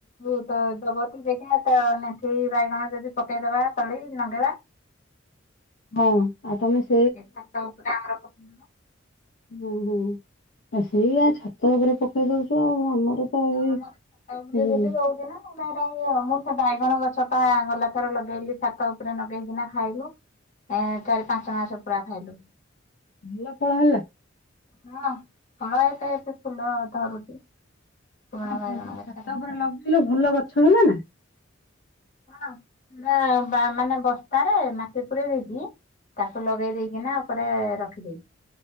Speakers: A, on the left; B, on the left.
A: ତ ହେବ ଯଦି ଦେଖିବା ତ ନେଥି ବାଇଗଣ ଯଦି ପକେଇଦବା ତଳି ନଗେଇବା।
B: ହଁ ଆଉ ତମେ ସେ
A: ଏ ଛାତ ଉପରେ ଆମର ପକେଇବା।
B: ହୁଁ ହୁଁ ଆ ସେଆ ଛାତ ଉପରେ ପକେଇ ଦଉଛ ଆଉ ଆମର ତ
A: ହଁ
B: ଏଇ
A: ଆମର ଛାତ ଉପରେ
B: ହୁଁ
A: ବୋଲି ରହୁଚି ନା। ମୁଁ ସେ ବାଇଗଣ ଗଛ ତ ଗଲା ଥର ଲଗେଇଲି ଛାତ ଉପରେ ଲଗେଇକିନା ଖାଇଲୁ ଏ ଚାରି ପାଞ୍ଚ ମାସ ପୁରା ଖାଇଲୁ।
B: ଭଲ ଫଳ ହେଲା।
A: ହଁ ହଁ ଏବେ ଏବେ ଫୁଲ ଧରୁଛି। ପୁରୁଣା
B: ନା
A: ବାଇଗଣ
B: ଯଉ
A: ଗଛରେ
B: ଛାତ ଉପରେ ଲଗେଇଲୁ ଭଲ ଗଛ ହେଲା ନା।
A: ହଁ ପୁରା ବା ମାନେ ବସ୍ତାରେ ମାଟି ପୁରେଇ ଦେଇକି ତାକୁ ଲଗେଇ ଦେଇକି ନା ଉପରେ ରଖିଦେଇଛି।